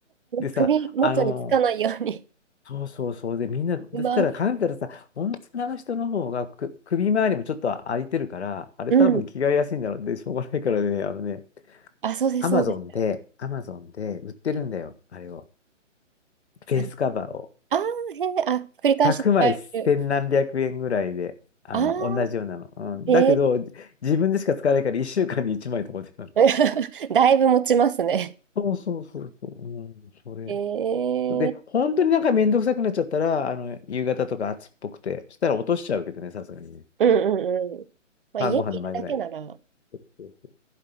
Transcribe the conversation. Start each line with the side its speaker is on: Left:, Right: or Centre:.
Left: でさ、
Right: 首元につかないように、
Left: あの、そうそうそう、で、みんな、
Right: うまく、
Left: そしたら考えたらさ、女の人の方がく首周りもちょっと空いてるから、あれ多分着替えやすいんだろうで、
Right: うん、
Left: しょうがないからね、あのね、
Right: あ、そうです、
Left: アマゾンで、
Right: そうです。
Left: アマゾンで売ってるんだよ、あれを。フェイスカバーを。
Right: ああへえあ、繰り返し使える。
Left: 100枚千何百円ぐらいで、あの、
Right: ああ
Left: 同じようなの。うん、
Right: へえ
Left: だけど、自分でしか使わないから1週間に1枚とかで。
Right: <laughs> だいぶ持ちますね。
Left: そうそうそうそう。うん、それ。
Right: へ
Left: で、
Right: え
Left: 本当になんかめんどくさくなっちゃったら、あの、夕方とか暑っぽくて、そしたら落としちゃうけどね、さすがにね。
Right: うんうんうん。まあ、
Left: 晩ご飯の前ぐらい。
Right: 家にいるだけなら
Left: そうそうそう。